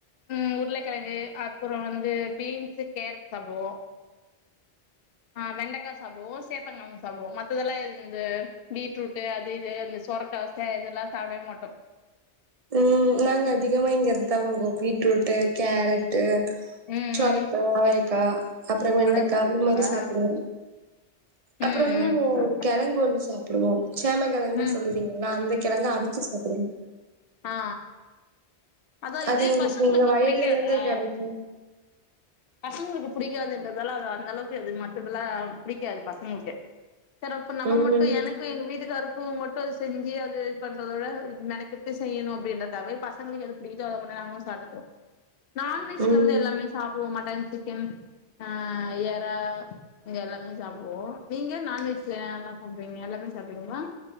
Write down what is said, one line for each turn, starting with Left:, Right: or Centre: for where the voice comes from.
Left: ம் உர்ளகெழங்கு அப்புறொ வந்து பீன்ஸு கேரட் சாப்டுவோ அ வெண்டக்கா சாப்டுவோ சேப்பங்கெழங்கு சாப்டுவோ மத்ததெல்லா இந்த பீட்ரூட்டு் அது இது ந்த சொரக்கா சே இதுல்லா சாப்டவே மாட்டோ
Right: ம் நாங்க அதிகமா இங்க அததா வங்குவோ பீட்ரூட்டு் கேரட்டு்
Left: ம்
Right: சொரக்கா
Left: ம்
Right: வாயக்கா அப்ற வெண்டக்கா
Left: நல்லா சாப்டுவீங்களா
Right: இந் மாரி சாப்டுவோ
Left: ம்
Right: அப்றோ
Left: ம்
Right: இன்னொன்னு ஒரு கெழங்கு ஒன்னு சாப்டுவோ சேமங்கெழங்குன்னு
Left: ம்
Right: சொல்லுறீங்கல்ல அந்த கெழங்க அவிச்சு சாப்புடுவோ
Left: அ அ அதா
Right: அது
Left: இது
Right: எங்களுக்கு
Left: பசங்ளுக்கு
Right: எங்க வயல்ல
Left: புடிக்காதா
Right: இருந்தே கெடைக்கு
Left: பசங்ளுக்கு பிடிக்காதுன்றதால அத அந்த அளவுக்கு அது மத்ததுல்லா புடிக்காது பசங்ளுக்கே சேர் அப்ப நம்ப
Right: ம்
Left: மட்டு எனக்கு எங்க வீட்டுக்காரு டூ மட்டு அது செஞ்சி அது இது பண்றதோட மெனக்கிட்டு செய்யணு அப்டின்றக்காவவே பசங்ளுக்கு எது வினிதா ஓட பொண்ணு நாங்களு சாட்டுப் நான்வெஜ்ல
Right: ம்
Left: வந்து எல்லாமே சாப்டுவோ மட்டன் சிக்கன் அ எறா எல்லாமே சாப்டுவோ நீங்க நண்வெஜ்ல என்னனல்லா சப் வீங் எல்லாமே சாப்டுங்ளா